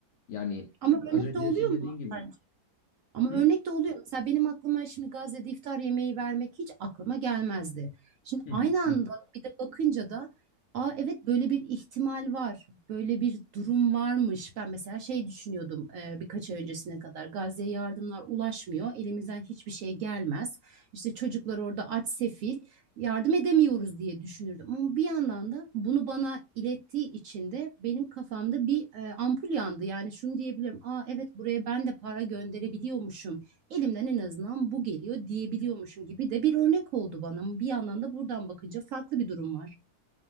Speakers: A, on the left; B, on the right.
A: Yani
B: Ama
A: az
B: örnek
A: önce
B: de oluyor
A: senin dediğin
B: mu
A: gibi.
B: Bence. Ama
A: Hı?
B: örnek de oluyor. Mesela benim aklıma şimdi Gazze'de iftar yemeği vermek hiç aklıma gelmezdi. Şimdi
A: Hı
B: aynı anda
A: hı hı.
B: bir de bakınca da aa evet böyle bir ihtimal var. Böyle bir durum varmış. Ben mesela şey düşünüyordum e, birkaç ay öncesine kadar. Gazze'ye yardımlar ulaşmıyor. Elimizden hiçbir şey gelmez. İşte çocuklar orada aç sefil. yardım edemiyoruz diye düşünürdüm. Ama bir yandan da bunu bana ilettiği için de benim kafamda bir e, ampul yandı. Yani şunu diyebilirim. Aa evet buraya ben de para gönderebiliyormuşum. Elimden en azından bu geliyor diyebiliyormuşum gibi de bir örnek oldu bana. Ama bir yandan da buradan bakınca farklı bir durum var.